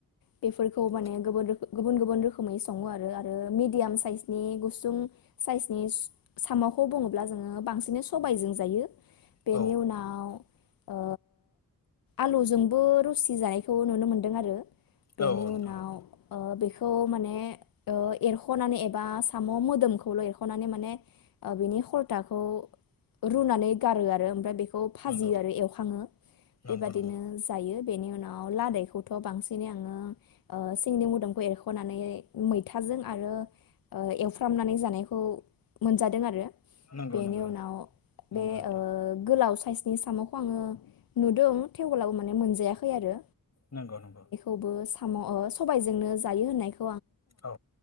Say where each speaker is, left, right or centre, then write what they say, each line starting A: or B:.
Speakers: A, on the left; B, on the left.
A: बेफोरखौ माने
B: औ
A: गुबुन रोखो गुबुन गुबुन रोखोमै सङो आरो मिडियाम साइसनि गुसुं साइसनि साम'खौ बुङोब्ला जोङो बांसिन सबायजों जायो बेनि
B: औ
A: उनाव ओ आलुजोंबो रसि जानायखौ नुनो मोनदों आरो
B: औ
A: बेनि
B: नोंथां
A: उनाव
B: औ
A: ओ बे खौ माने ओ एरख'नानै एबा साम' मोदोमखौल' एरख'नानै माने बिनि खलथाखौ रुनानै गारो आरो ओमफ्राय बेखौ खौ फाजियो
B: नंगौ
A: आरो एवखाङो
B: नंगौ
A: बेबादिनो
B: नंगौ
A: जायो बेनि उनाव लादाइखौथ'
B: औ
A: बांसिनै ओ सिंनि मोदोमखौ एरख'नानै मैथाजों आरो एवफ्रामनानै जानायखौ मोनजादों आरो
B: नंगौ
A: बेनि
B: नंगौ
A: उनाव
B: नंगौ
A: बे
B: नोंथां
A: ओ गोलाव खासनि साम'खौ आङो नुदों थेवब्लाबो माने मोनजायाखै आरो
B: नंगौ नंगौ।
A: ओ साम' ओ सबायजोंनो जा यो होननायख
B: औ